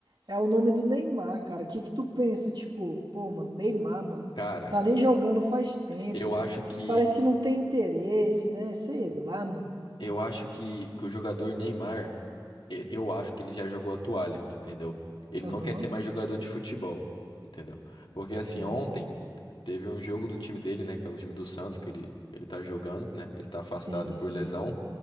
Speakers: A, on the right; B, on the left.
A: é o nome do Neymar, cara. O que que tu pensa? Tipo, pô, mano, Neymar, mano,
B: Cara,
A: tá nem jogando faz tempo.
B: eu acho que.
A: Parece que não tem interesse, né? Sei lá, mano.
B: Eu acho que, que o jogador Neymar, e- eu acho que ele já jogou a toalha, entendeu? Ele
A: Aham.
B: não quer ser mais jogador de futebol, entendeu? Porque assim,
A: Hum.
B: ontem. Teve um jogo do time dele, né? Que é o time do Santos, que ele, ele tá jogando, né? Ele tá afastado
A: Sim, sim.
B: por lesão.